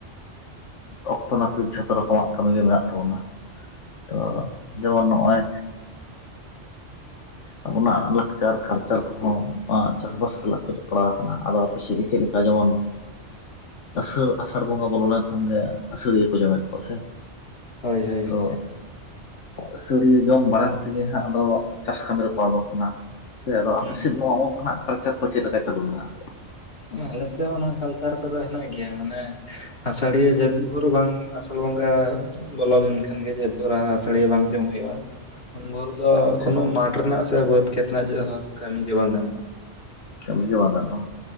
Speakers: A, on the left; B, on the left.
A: ᱚᱠᱛᱚ ᱱᱟᱯᱤᱛ ᱡᱷᱚᱛᱚ ᱨᱚᱠᱚᱢᱟᱜ ᱠᱟᱹᱢᱤᱜᱮ ᱢᱮᱱᱟᱜ ᱛᱟᱵᱚᱱᱟ᱾ ᱛᱚ ᱡᱮᱢᱚᱱ ᱱᱚᱜᱼᱚᱭ ᱟᱵᱚᱱᱟᱜ ᱞᱟᱠᱪᱟᱨ ᱠᱟᱞᱪᱟᱨ ᱠᱚᱦᱚᱸ ᱟᱵᱚᱱᱟᱜ ᱪᱟᱥᱵᱟᱥ ᱥᱟᱞᱟᱜ ᱠᱚ ᱡᱚ ᱯᱟᱲᱟᱣ ᱠᱟᱱᱟ ᱟᱫᱚ ᱟᱯᱮ ᱥᱮᱫ ᱜᱮ ᱪᱮᱫ ᱞᱮᱠᱟ ᱡᱮᱢᱚᱱ ᱟᱥᱟᱲ ᱟᱥᱟᱹᱲ ᱵᱚᱸᱜᱟ ᱵᱚᱞᱚ ᱞᱮᱱᱠᱷᱟᱱ ᱜᱮ ᱟᱹᱥᱟᱹᱲᱤᱭᱟᱹ ᱠᱚ ᱡᱚᱢᱮᱫ ᱠᱚᱣᱟ ᱥᱮ?
B: ᱦᱳᱭ ᱦᱳᱭ
A: ᱛᱚ
B: ᱦᱳᱭ ᱮᱠᱫᱚᱢ᱾
A: ᱟᱹᱥᱟᱹᱲᱤᱭᱟᱹ ᱡᱚᱢ ᱵᱟᱲᱟ ᱠᱟᱛᱮ ᱜᱮ ᱦᱟᱸᱜ ᱟᱫᱚ ᱪᱟᱥ ᱠᱟᱹᱢᱤ ᱨᱮᱠᱚ ᱟᱲᱜᱚ ᱠᱟᱱᱟ᱾ ᱥᱮ ᱟᱫᱚ
B: ᱦᱩᱸ
A: ᱟᱯᱮ ᱥᱮᱫ ᱱᱚᱣᱟ ᱚᱝᱠᱟᱱᱟᱜ ᱠᱟᱞᱪᱟᱨ ᱠᱚ ᱪᱮᱫ ᱞᱮᱠᱟ ᱪᱟᱹᱞᱩ ᱢᱮᱱᱟᱜᱼᱟ?
B: ᱟᱞᱮ ᱥᱮᱜ ᱦᱚᱸ ᱚᱱᱟ ᱠᱟᱞᱪᱟᱨ ᱠᱚᱫᱚ ᱦᱮᱱᱟᱜ ᱜᱮᱭᱟ ᱢᱟᱱᱮ ᱟᱥᱟᱲᱤᱭᱟᱹ ᱡᱟᱹᱛ ᱵᱷᱩᱨ ᱵᱟᱝ ᱟᱥᱟᱲ ᱵᱚᱸᱜᱟ ᱵᱚᱞᱚ ᱞᱮᱱᱠᱷᱟᱱ ᱜᱮ ᱡᱟᱹᱛ ᱵᱷᱩᱨ ᱟᱹᱥᱟᱲᱤᱭᱟᱹ ᱵᱟᱝ ᱡᱚᱢ ᱦᱩᱭᱩᱜᱼᱟ᱾ ᱩᱱ ᱵᱷᱳᱨ ᱫᱚ
A: ᱟᱪᱪᱷᱟ
B: ᱠᱚᱱᱚ ᱢᱟᱴ ᱨᱮᱱᱟᱜ ᱥᱮ ᱵᱟᱹᱫᱽ ᱠᱷᱮᱛ ᱨᱮᱱᱟᱜ ᱪᱮᱫ ᱦᱚᱸ ᱠᱟᱹᱢᱤ ᱜᱮ ᱵᱟᱝ ᱜᱟᱱᱚᱜᱼᱟ᱾
A: ᱠᱟᱹᱢᱤ ᱜᱮ ᱵᱟᱝ ᱜᱟᱱᱚᱜ-ᱟ᱾